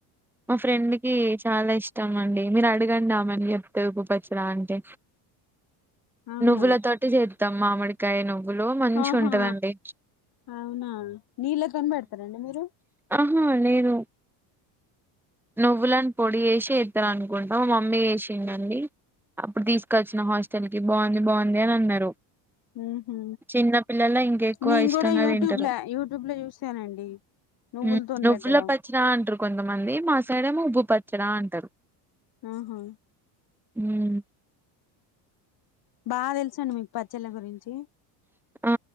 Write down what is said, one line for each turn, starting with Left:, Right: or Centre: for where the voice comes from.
Centre: మా ఫ్రెండ్ కి చాలా ఇష్టం అండి మీరు అడగండి ఆమెని చెప్తది ఉప్పు పచ్చడ అంటే
Left: అవునా
Centre: నువ్వులా తోటి చేత్తాం మామీడి కాయ నువ్వులో మంచి
Left: ఆహా
Centre: ఉంటుందండి
Left: అవునా నీళ్ళ తోనీ పెడతారండి మీరు
Centre: ఆహా నేను నువ్వులనీ పొడి వేసి ఇద్ద అనుకుంటాం మమ్మీ వేసింధండి అప్పుడు తీసుకొచ్చిన హాస్టల్ కి బాగుంది బాగుంది అని అన్నారు
Left: ఉహు
Centre: చిన్న పిల్లలు ఇంక ఎక్కువ
Left: నేను
Centre: ఇష్టంగా
Left: కూడా యూట్యూబ్
Centre: తింటారు
Left: లో యూట్యూబ్ లో చూసానండి నువ్వులతోని
Centre: ఉం నువ్వుల
Left: పెట్టడం
Centre: పచ్చడా అంటారు కొంతమంది మా సైడు ఏమో ఉప్పు పచ్చడా అంటారు
Left: ఆహా
Centre: ఉం
Left: బాగా తెలుస అండి మీకు పచ్చళ్ళ గురించి
Centre: ఆ